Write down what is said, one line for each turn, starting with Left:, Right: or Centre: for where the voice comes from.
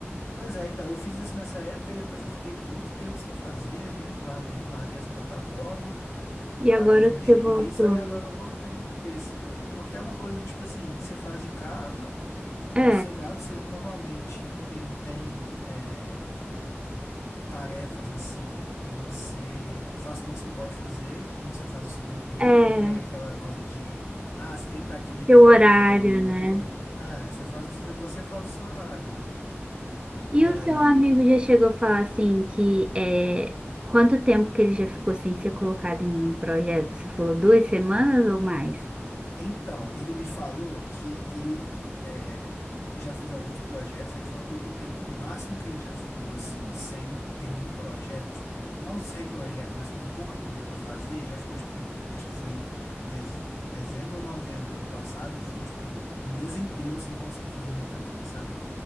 Left: Pois é, então, eu fiz isso nessa época e depois eu fiquei muito tempo sem fazer, nem larguei, larguei essa plataforma,
Right: E agora
Left: parei de mexer
Right: você voltou.
Left: com isso, aí agora eu voltei para esse. Porque é uma coisa que, tipo assim, você faz de casa, é
Right: É,
Left: mais sossegado, você, normalmente ele tem é, tarefas assim, e você faz quando você pode fazer, então você faz o seu tempo livre,
Right: é,
Left: não tem aquela coisa de, ah, você tem que estar aqui oito
Right: seu
Left: horas,
Right: horário,
Left: igual um emprego.
Right: né?
Left: É, você faz, você faz o seu horário, né? E
Right: E o
Left: aí.
Right: seu amigo já chegou a falar assim que é quanto tempo que ele já ficou sem ser colocado em nenhum projeto? Você falou duas semanas ou mais?
Left: Então, ele me falou que ele é, já fez alguns projetos, aí ele falou que o, o tempo máximo que ele já ficou assim, sem ter nenhum projeto, tipo, não sem projeto, mas com pouca coisa pra fazer, já ficou tipo, acho que foi dez- dezembro ou novembro do ano passado, ele ficou tipo o mês inteiro sem conseguir fazer muita coisa, sabe?